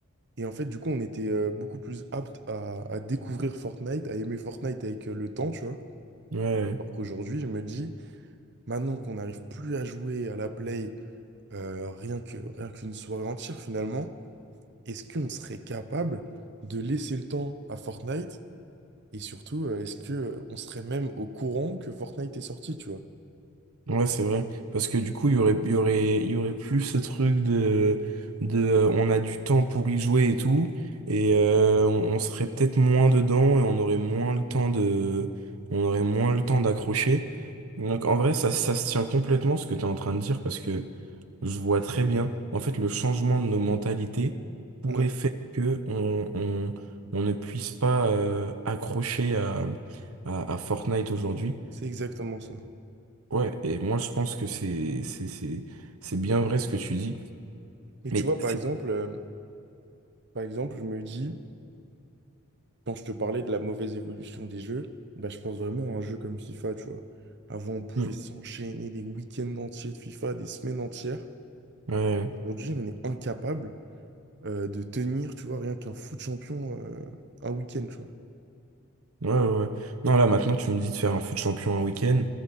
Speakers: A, on the right; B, on the right.
A: Et en fait, du coup, on était euh, beaucoup plus apte à, à découvrir Fortnite, à aimer Fortnite avec euh, le temps, tu vois.
B: Ouais.
A: Alors qu'aujourd'hui, je me dis, maintenant qu'on n'arrive plus à jouer à la Play, euh, rien que, rien qu'une soirée entière, finalement, est-ce qu'on serait capable de laisser le temps à Fortnite? Et surtout, euh, est-ce que euh, on serait même au courant que Fortnite est sorti, tu vois?
B: Ouais, c'est vrai. Parce que du coup, il y aurait, il y aurait, il y aurait plus ce truc de, de euh, on a du temps pour y jouer et tout. Et euh, on, on serait peut-être moins dedans et on aurait moins le temps de, on aurait moins le temps d'accrocher. Donc en vrai, ça, ça se tient complètement ce que tu es en train de dire parce que je vois très bien. En fait, le changement de nos mentalités pourrait
A: Mm.
B: faire que on, on, on ne puisse pas euh, accrocher à, à, à Fortnite aujourd'hui.
A: c'est exactement ça.
B: Ouais, et moi je pense que c'est c'est c'est c'est bien vrai ce que tu dis.
A: Et
B: Mais
A: tu vois,
B: c'est
A: par exemple, euh, par exemple, je me dis, quand je te parlais de la mauvaise évolution des jeux, bah, je pense vraiment à un jeu comme FIFA, tu vois. Avant, on pouvait
B: Mm.
A: s'enchaîner des week-ends entiers de FIFA, des semaines entières.
B: ouais,
A: Aujourd'hui, on est incapable euh, de tenir, tu vois, rien qu'un foot champion euh, un week-end, tu vois.
B: ouais, ouais. ouais. Non, là maintenant tu me dis de faire un fut champion un week-end,